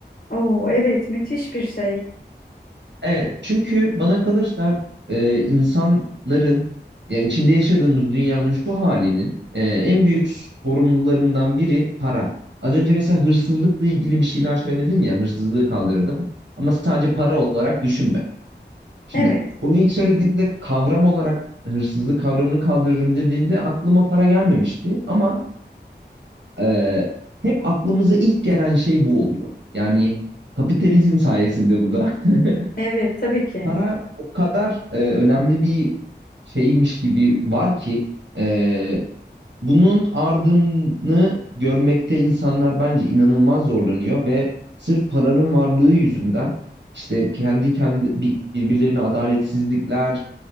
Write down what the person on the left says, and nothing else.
Oo evet müthiş bir şey.
Evet,
evet tabii ki.